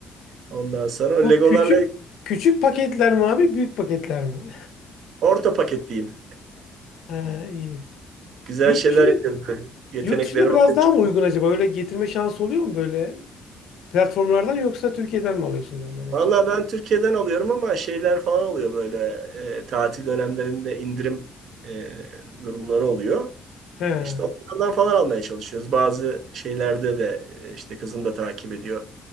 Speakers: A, on the right (about 60°); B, on the left (about 75°).
A: Ondan sonra o
B: Bu
A: Legolarla
B: küçük küçük paketler mi abi? Büyük paketler mi?
A: orta paket diyeyim.
B: He, iyi.
A: Güzel
B: Yurt
A: şeyler
B: dışında,
A: yapıyoruz. böyle. Yetenekleri
B: yurt dışında biraz
A: ortaya
B: daha
A: çıkıyor.
B: mı uygun acaba? Öyle getirme şansı oluyor mu böyle platformlardan yoksa Türkiye'den mi alıyorsunuz onların hepsini?
A: Valla ben Türkiye'den alıyorum ama şeyler falan oluyor böyle. e, tatil dönemlerinde indirim e, durumları oluyor.
B: He.
A: İşte onlardan falan almaya çalışıyoruz. Bazı şeylerde de e, işte kızım da takip ediyor.